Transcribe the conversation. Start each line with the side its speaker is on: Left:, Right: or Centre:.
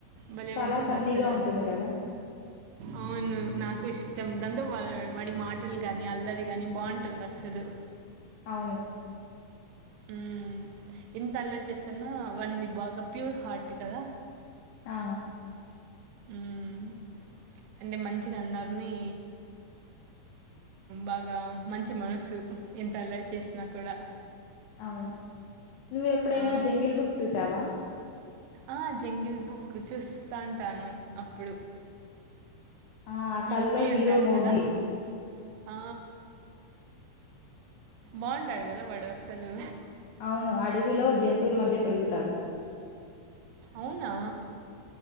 Right: బలే
Left: చాలా
Right: ఉంటుంది
Left: ఫన్నీగా
Right: అస్సలు అది
Left: ఉంటుంది గదా!
Right: అవును నాకు ఇష్టం దండు వడి మాటలు కాని అల్లరి కాని బాగుంటుంది అస్సలు
Left: అవును
Right: మ్మ్ ఎంత అల్లరి చేేస్తానా వాడిది బాగా ప్యూర్ హార్ట్ కదా
Left: ఆ
Right: మ్మ్ అంటే మంచిగా అందరిని బాగా మంచి మనసు ఎంత అలరి చేసినా కూడా
Left: అవును నువ్వు ఎప్పుడైనా
Right: ఆ!
Left: జంగిల్ బుక్ చూసావా
Right: ఆ జంగిల్ బుక్ చూస్తాంటాను అప్పుడు
Left: ఆ ఆ కథలో
Right: మోక్లీ
Left: హీరో
Right: ఉంటాడు
Left: మోగ్లి
Right: కదా! ఆ బాగుంటాడు కదా వాడు అస్సలు
Left: అవును. అడవిలో జంతువుల మధ్య పెరుగుతాడు.
Right: అవునా